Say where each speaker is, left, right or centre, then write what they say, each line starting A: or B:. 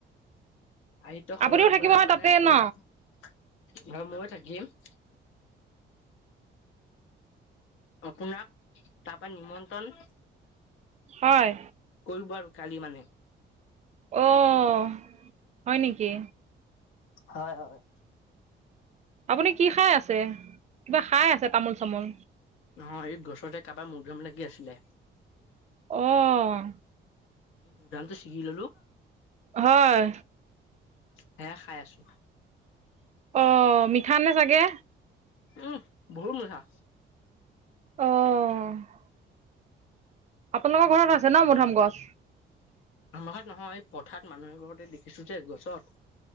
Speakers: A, on the left; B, on the right.
A: সাহিত্য সভাৰ
B: আপুনিও থাকিব
A: পৰা
B: হয়
A: মানে
B: তাতে
A: আপোনাক,
B: ন
A: হয় মইয়ো থাকিম। আপোনাক তাৰপৰা নিমন্ত্ৰণ
B: হয়।
A: কৰিব আৰু কালি মানে।
B: অ', হয় নেকি?
A: হয়, হয়।
B: আপুনি কি খাই আছে? কিবা খায় আছে তামোল-চামোল।
A: নহয়, এই গছতে কেইটামান মধুৰিআম লাগি আছিলে।
B: অহ।
A: মধুৰিআমতো চিঙি ললোঁ।
B: হয়।
A: সেয়ে খায় আছোঁ।
B: অহ', মিঠানে চাগে?
A: উম', বহুত মিঠা।
B: অহ। আপোনালোকৰ ঘৰত আছে ন' মধুৰিআম গছ?
A: আমাৰ ঘৰত নহয়, এই পথাৰত মানুহ এঘৰতে দেখিছোঁ যে গছত